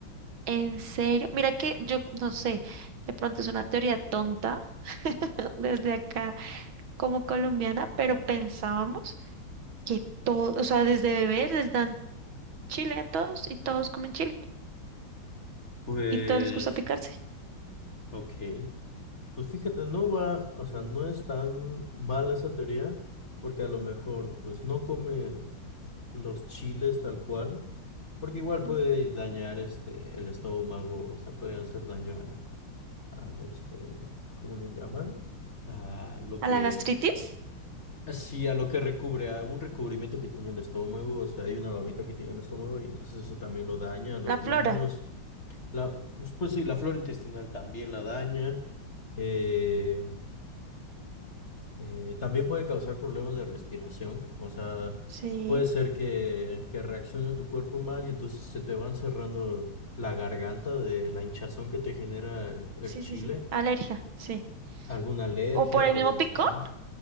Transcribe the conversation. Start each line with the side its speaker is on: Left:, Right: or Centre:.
Right: ¿En serio? Mira que yo no sé, de pronto es una teoría tonta <laughs> desde acá como colombiana, pero pensábamos que todo, o sea, desde bebés les dan chile a todos y todos comen chile
Left: Pues,
Right: y todos les gusta picarse.
Left: ok. Pues fíjate, no va, o sea, no es tan mala esa teoría, porque a lo mejor, pues, no comes los chiles tal cual, porque igual puede
Right: Mm.
Left: dañar, este, el estómago, o sea, puede hacer daño a al este, ¿cómo le llaman? A lo que,
Right: ¿A la gastritis?
Left: sí, a lo que recubre, a un recubrimiento que tiene el estómago, o sea, hay una babita que tiene el estómago y entonces eso también lo daña a los
Right: La flora.
Left: niños. La, pues pues sí, la flora intestinal también la daña. eh, eh, también puede causar problemas de respiración, o sea,
Right: Sí,
Left: puede ser que, que reaccione tu cuerpo mal y entonces se te van cerrando la garganta de la hinchazón que te genera el el
Right: sí,
Left: chile
Right: sí, sí. Alergia, sí.
Left: alguna alergia
Right: ¿O por el
Left: por
Right: mismo
Left: el
Right: picón?
Left: estilo.